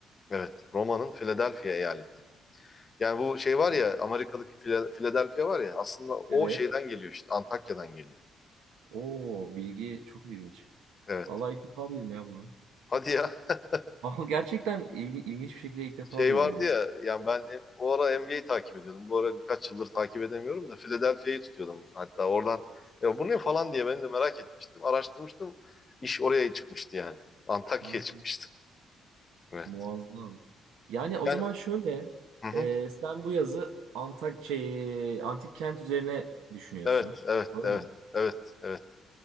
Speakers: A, on the left; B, on the right.
A: Evet, Roma'nın Philadelphia eyaleti. Yani bu şey var
B: Ha.
A: ya Amerika'daki Phila- Philadelphia var ya aslında o
B: Evet.
A: şeyden geliyor işte Antakya'dan geliyor.
B: Oo bilgi çok ilginç.
A: Evet.
B: Vallahi ilk defa duydum ya bunu.
A: Hadi ya. <laughs>
B: <laughs> Ama gerçekten il- ilginç bir şekilde ilk defa
A: Şey
B: duydum
A: vardı
B: bunu.
A: ya yani ben hep- o ara NBA'yi takip ediyordum. Bu ara birkaç yıldır takip edemiyorum da Philadelphia'yı tutuyordum. Hatta oradan ya bu ne falan diye ben de merak etmiştim. Araştırmıştım. İş oraya çıkmıştı yani. Antakya'ya
B: Ha,
A: çıkmıştı. Evet.
B: muazzam. Yani o
A: Yani
B: zaman şöyle,
A: hı hı.
B: e, sen bu yazı Antak şey Antik kent üzerine düşünüyorsun.
A: Evet, evet,
B: Doğru
A: evet.
B: mu?
A: Evet, evet.